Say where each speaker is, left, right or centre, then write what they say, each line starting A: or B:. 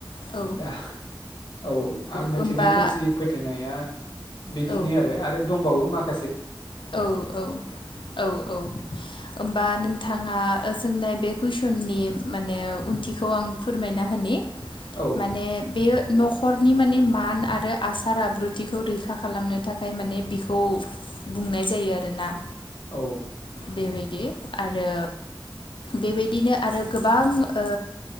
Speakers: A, on the left; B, on the left.
A: औ
B: दा औ आं मोनथिनाय
A: होमबा
B: खोमसि फोथायनाया बेखिनि
A: औ
B: आरो आरो दंबावो माखा
A: औ औ औ औ होनोमबा नोंथाङा सोंनाय बे कुइस सननि माने ओंथिखौ आं फोरमायना होननि
B: औ
A: माने बेयो न'खरनि माने मान आरो आसार आब्रुथिखौ रैखा खालामनो थाखाय माने बिखौ बुंनाय जायो आरोना
B: औ
A: बेबायदि आरो बेबायदिनो आरो गोबां ओ